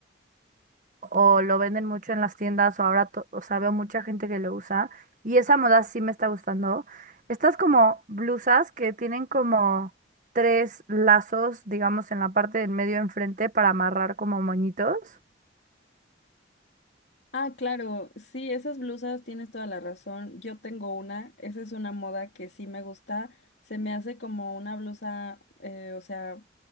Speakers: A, on the right; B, on the left.
A: o lo venden mucho en las tiendas, o ahora, to- o sea, veo mucha gente que lo usa, y esa moda sí me está gustando. Estas como blusas que tienen como tres lazos, digamos, en la parte del medio enfrente para amarrar como moñitos.
B: Ah, claro, sí, esas blusas tienes toda la razón. Yo tengo una, esa es una moda que sí me gusta. Se me hace como una blusa, eh, o sea,